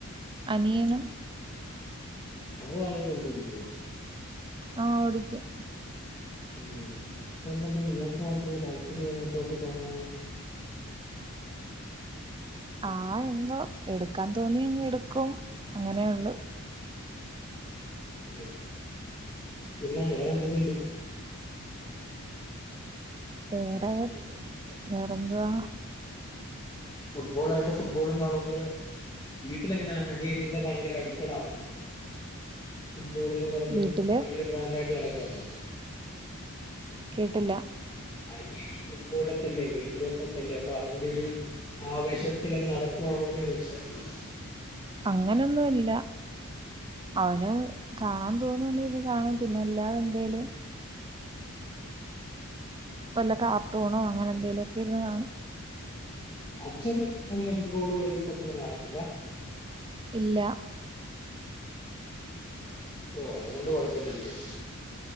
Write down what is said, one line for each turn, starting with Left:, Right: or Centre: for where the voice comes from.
Right: അനിയനും
Left: അവര് നല്ലായിട്ട് വണ്ടി ഓടിക്കോ?
Right: ആ ഓടിക്കും.
Left: ഉം അപ്പ എന്താ പിന്നെ ഇയാക്ക് മാത്രം ഒര് താല് പ്പര്യം ഇല്ലാത്തോട്ട് തോന്നാഞ്ഞേ?
Right: ആ എന്തോ എടുക്കാൻ തോന്നിയാ അങ്ങ് എടുക്കും അങ്ങനെയൊള്ളു.
Left: ഉം പിന്നെ വേറെന്തെക്കെ ഇണ്ട്?
Right: വേറെ വേറെന്തുവാ?
Left: ഫുട്ബോൾ ആയിട്ട് ഫുട്ബോളും കാണൂലാ വീട്ടിലെങ്ങനാന്ന് അനിയൻ ഇതിന്റെ ഭയങ്കര അടിറ്റഡാണോ? ഫുട്ബോൾ എന്ന് പറഞ്ഞ്
Right: വീട്ടില്
Left: ഭയങ്കര ബ്രാന്ത് ആയിട്ട് നടക്കുവാന്നോ?
Right: കേട്ടില്ല.
Left: അനിയനി ഫുട്ബോളൊക്കല്ലേ വേൾഡ് കപ്പൊക്കല്ലേ അപ്പൊ അതിന്റെ ഒരു ആവേശത്തിലങ്ങ് നടക്കുവാണോന്ന് ചോയിച്ചായിരുന്നു.
Right: അങ്ങനൊന്നുല്ല അവന് കാണാൻ തോന്നുന്നെയിരുന്ന് കാണും പിന്നെ അല്ലാതെന്തേലും വല്ല കാർട്ടൂണോ അങ്ങനെ എന്തേലൊ ത്തിരുന്ന്‌ കാണും.
Left: അച്ഛ ഫുട്ബോൾ വേൾഡ് കപ്പ് ഒ രു പോക്ക് പോയ ആളാ <unintelligible> പിന്നെ
Right: ഇല്ല
Left: ഓ അതുകൊണ്ട് കുഴപ്പില്ല എനിക്ക്